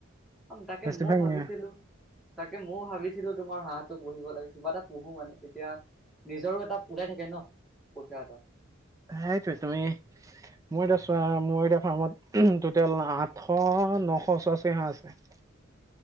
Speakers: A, in the centre; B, on the right.
A: তাকে
B: বেছিভাগ
A: ময়ও ভাবিছিলোঁ
B: নিয়া।
A: তাকে ময়ো ভাবিছিলো তোমাৰ হাঁহটো পুহিব লাগে কিবা এটা পুহো মানে তেতিয়া নিজৰো এটা ওলাই থাকে ন পইচা এটা
B: সেইটোৱে তুমি মই এতিয়া চোৱা মোৰ এতিয়া ফাৰ্মত টোটেল আঠশ নশ ওচৰা ওচৰি হাঁহ আছে